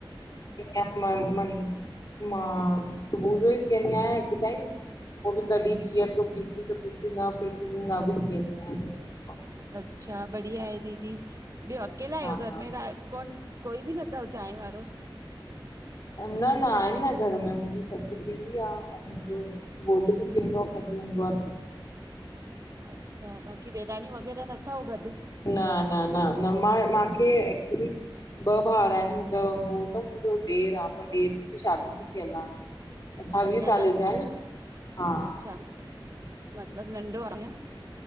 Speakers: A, on the left; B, on the right.
A: <unintelligible> मां सुबुह जो ई पीअंदी आहियां हिकु टाइम पो बि कॾहिं पीए तो पीती त पीती, न पीती त न बि पीअंदी आ ईअं थींदो
B: अच्छा, बढ़िया आहे दीदी ॿियो अकेला आहियो
A: हा
B: घर
A: हा
B: में? कोन कोई बि न थव चाय वारो?
A: न न आहिनि न घर में मुंहिंजी ससु पीअंदी आ, अऊं मुंहिंजो घोट बि कंदो आ। कॾहिं हूंदो आ त,
B: अच्छा बाकी ॾेराणियूं वगैरह न थव गॾु?
A: न न न न मां माखे एक्चुली, ॿ भाउर आहिनि मुंहिंजो घोट मुंहिंजो ॾेर आ। पर ॾेर जी शादी न थीअल आ। अठावीह
B: अच्छा
A: सालें
B: न
A: जा आहिनि। हा-
B: अच्छा मतिलबु नंढो आहे अयां?